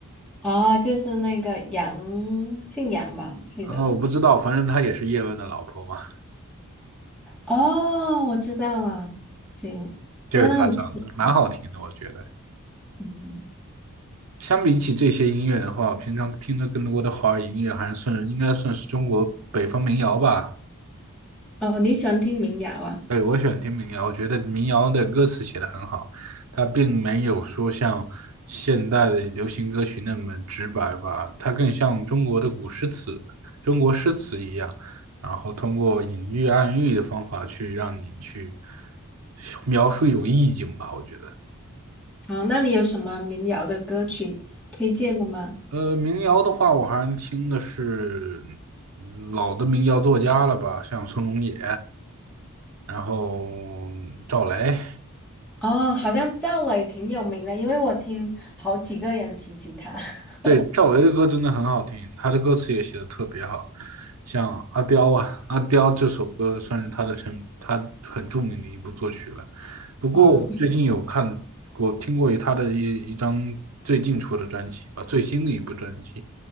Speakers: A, in the centre; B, on the right.
A: 哦，就是那个杨，姓杨吧，我不记得了。
B: 呃，我不知道，反正她也是叶问的老婆嘛，
A: 哦，我知道了，行，
B: 就是她唱的，
A: 但那个名字。
B: 蛮好听的。我觉得，
A: 嗯
B: 相比起这些音乐的话，我平常听的更多的华语音乐还是算应该算是中国北方民谣吧。
A: 哦，你喜欢听民谣啊？
B: 对，我喜欢听民谣，我觉得民谣的歌词写得很好，它并没有说像现代的流行歌曲那么直白吧，它更像中国的古诗词、中国诗词一样，然后通过隐喻、暗喻的方法去让你去描述一种意境吧，我觉得。
A: 哦，那你有什么民谣的歌曲推荐的吗？
B: 呃，民谣的话，我还是听的是老的民谣作家了吧，像宋冬野，然后赵雷。
A: 哦，好像赵雷挺有名的，因为我听好几个人提起他。<laughs>
B: 对，赵薇的歌真的很好听，她的歌词也写的特别好，像《阿刁》啊，《阿刁》这首歌算是她的成，她很著名的一部作曲了。不过我最近有看过、
A: 哦，
B: 听过她的一一张最近出的专辑吧，最新的一部专辑，